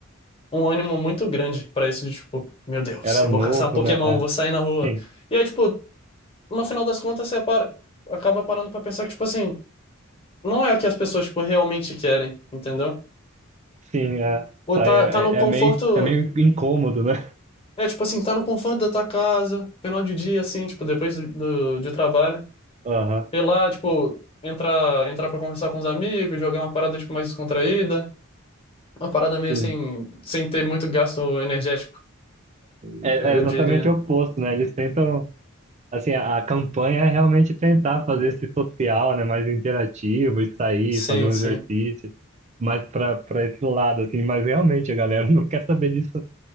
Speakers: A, on the left (about 25°); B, on the right (about 35°).
A: um ânimo muito grande pra isso, de tipo, meu Deus,
B: Era
A: eu
B: novo,
A: vou caçar Pokémon,
B: né? É.
A: vou sair na rua.
B: Sim,
A: E aí, tipo, no final das contas, você para, acaba parando pra pensar que, tipo assim, não é o que as pessoas, tipo, realmente querem, entendeu?
B: sim, é.
A: Ou
B: Isso é,
A: tá, tá no
B: é-
A: conforto.
B: é meio, é meio incômodo, né?
A: É, tipo assim, tá no conforto da tua casa, final de dia, assim, tipo, depois do, de trabalho.
B: Aham,
A: Ir lá, tipo, entrar, entrar pra conversar com os amigos, jogar uma parada, tipo, mais descontraída. Uma parada meio
B: sim.
A: assim, sem ter muito gasto energético,
B: É,
A: eu,
B: é exatamente
A: eu diria.
B: o oposto, né? Eles tentam, assim, a, a campanha é realmente tentar fazer esse social, né, mais interativo, e sair,
A: Sim,
B: fazer um
A: sim.
B: exercício, mais para para esse lado, assim, mas realmente a galera <laughs> não quer saber disso,